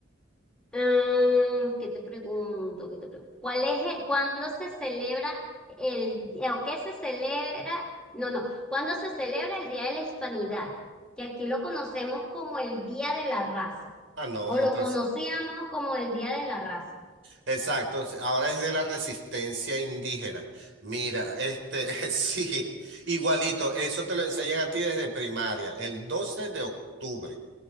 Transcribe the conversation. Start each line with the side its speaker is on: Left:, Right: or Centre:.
Centre: ah, ¿qué te pregunto? ¿Qué te pregunto? ¿Cuál es el- cuándo se celebra el, eh, o qué se celebra? No, no, ¿cuándo se celebra el Día de la Hispanidad? Que aquí lo conocemos como el Día de la Raza,
Right: Ah, no,
Centre: o
Right: entonces.
Centre: lo conocíamos como el Día de la Raza.
Right: Exacto, s- ahora es de la resistencia indígena. Mira, este, <laughs> sí, igualito, eso te lo enseñan a ti desde primaria, el 12 de octubre,